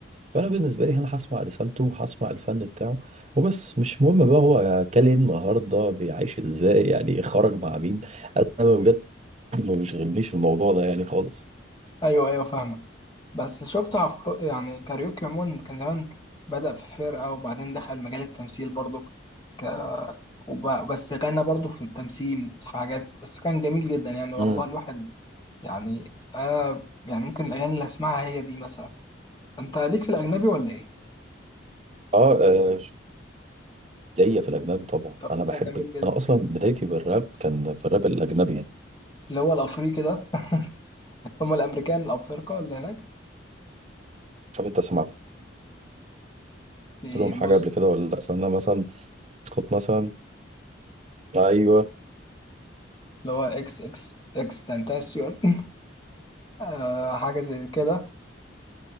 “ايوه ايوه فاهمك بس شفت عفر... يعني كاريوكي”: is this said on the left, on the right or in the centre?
Left